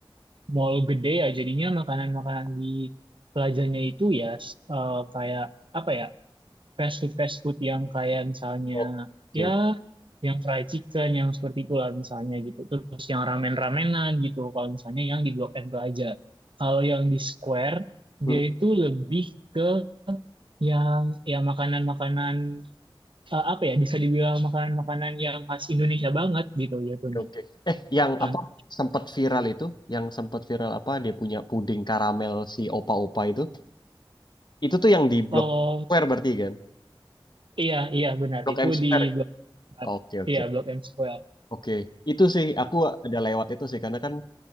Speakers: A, on the right; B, on the left.
A: mall gede ya. Jadinya makanan-makanan di Plazanya itu ya s- eh, kayak apa ya fast food fast food yang kayak misalnya
B: Oke
A: ya
B: oke
A: yang fried chicken yang seperti itulah misalnya gitu. Terus yang ramen-ramenan gitu. Kalau misalnya yang di Blok M Plaza. Kalau yang di Square dia
B: Hmm,
A: itu lebih ke yang ya makanan-makanan eh, apa ya bisa dibilang makanan-makanan yang khas Indonesia banget gitu jatuhnya.
B: oke. Eh yang
A: Con-
B: apa sempat viral itu yang sempat viral apa dia punya puding karamel si opa-opa itu itu tuh yang di Blok
A: Oh
B: Square berarti kan.
A: iya iya benar
B: Blok
A: itu
B: M Square.
A: di Blok M.
B: Oke oke.
A: iya Blok M Square.
B: Oke, itu sih aku ada lewat itu sih karena kan